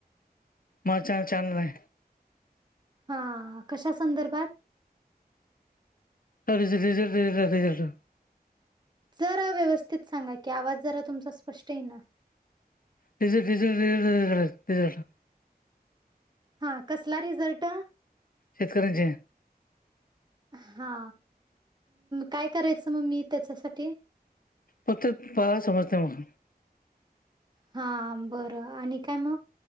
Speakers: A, on the left; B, on the right.
A: माचा चानलाय
B: हा कशा संदर्भात
A: <unintelligible>
B: जरा व्यवस्थित सांगा की आवाज जरा तुमचा स्पष्ट येईना
A: <unintelligible>
B: हा कसला रिझल्ट
A: शेतकऱ्यांचे
B: हा काय करायचं मग मी त्याच्यासाठी
A: फक्त पा समजत मग
B: हा बरं आणि काय मग